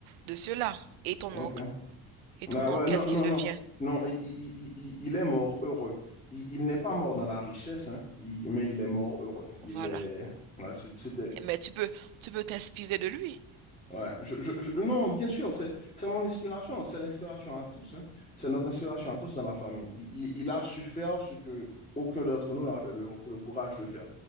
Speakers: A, on the right; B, on the left.
A: de cela. Et ton
B: Ok.
A: oncle, et
B: Ouais,
A: ton
B: ouais,
A: oncle, qu'est-ce
B: non,
A: qu'il
B: non,
A: devient?
B: non. Non, il, il- il- il- il est mort heureux. Il, il n'est pas mort dans la richesse, hein, il- mais il est mort heureux. Il
A: Voilà.
B: est. ouais, c'est- C'était.
A: Mais tu peux, tu peux t'inspirer de lui.
B: Ouais, je, je- je- non, bien sûr, c'est c'est mon inspiration, c'est l'inspiration à tous, hein. C'est notre inspiration à tous dans la famille. Il, il- il a su faire ce que aucun d'entre nous n'avait le, le courage de faire.